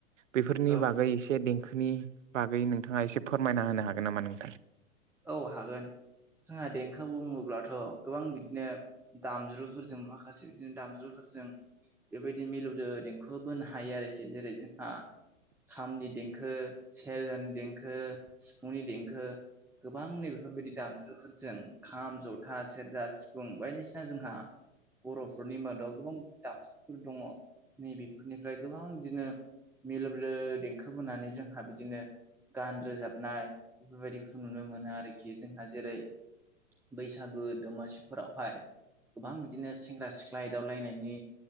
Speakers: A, on the right; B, in the centre.
A: बेफोरनि
B: औ
A: बागै एसे देंखोनि बागै नोंथाङा एसे फोरमायना होनो हागोन नामा नोंथां?
B: औ हागोन जोंहा देंखो बुङोब्लाथ' गोबां बिदिनो दामज्रुफोरजों माखासे बिदिनो दामज्रुफोरजों बेबायदि मिलौदो देंखो बोनो हायो आरोखि जेरै जोंहा खामनि देंखो सेरजानि देंखो सिफुंनि देंखो गोबां नै बेफोरबायदि दामजुफोरजों खाम जथा सेरजा सिफुं बायदिसिना जोंहा बर'फोरनि मादाव गोबां दामजुफोर दङ' नैबेफोरनिफ्राय गोबां बिदिनो मिलोबलो देंखो बोनानै जोंहा बिदिनो गान रोजाबनाय बेफोरबायदि खौ नुनो मोनो आरोखि जोंहा जेरै बैसागु दमासि फोरावहाय गोबां बिदिनो सेंग्रा सिखला एदावलायनायनि